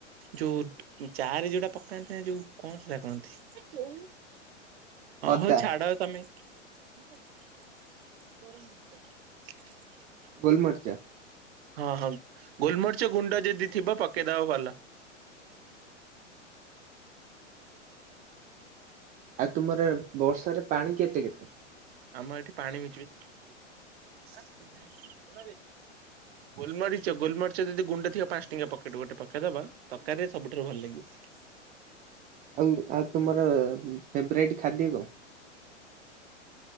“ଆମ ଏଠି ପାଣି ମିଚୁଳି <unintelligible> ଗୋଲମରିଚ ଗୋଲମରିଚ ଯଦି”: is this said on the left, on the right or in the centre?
Right